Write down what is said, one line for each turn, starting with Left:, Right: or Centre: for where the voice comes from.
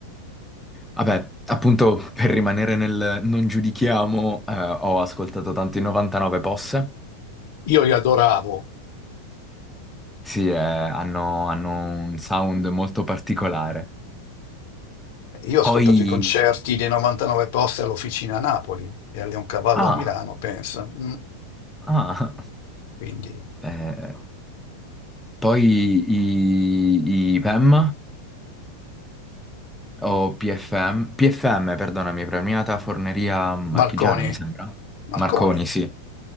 Centre: Vabbè, appunto per rimanere nel non giudichiamo, eh, ho ascoltato tanto i 99 Posse.
Left: Io li adoravo.
Centre: Sì, eh, hanno, hanno un sound molto particolare.
Left: Io ho ascoltato
Centre: Poi...
Left: i concerti dei 99 posti all'Officina a Napoli e a Cavallo
Centre: Ah,
Left: a Milano, pensa. Mm,
Centre: ah.
Left: Quindi
Centre: Eh, poi i, i PEM o PFM, PFM, perdonami, Premiata Forneria Marchigiana,
Left: Marconi,
Centre: mi sembra.
Left: Marconi.
Centre: Marconi, sì.